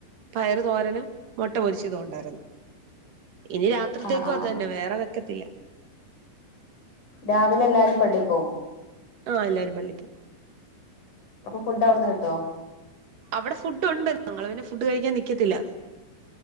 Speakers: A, on the right; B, on the left.
A: പയറു തോരനും മുട്ട പൊരിച്ചതൊണ്ടായിരുന്നു ഇനി രാത്രിത്തേക്കും
B: ആ ആ
A: അത് തന്നെ വേറെ വെക്കത്തില്ല
B: രാവിലെ എല്ലാരും പള്ളിപ്പോം
A: ആഹ് എല്ലാരും പള്ളിപ്പോം
B: അപ്പൊ ഫുഡ് അവിടുന്ന് കിട്ടോ
A: അവിടെ ഫുഡ് ഉണ്ട് ഞങ്ങള് പിന്നെ ഫുഡ് കഴിക്കാൻ നിക്കത്തില്ല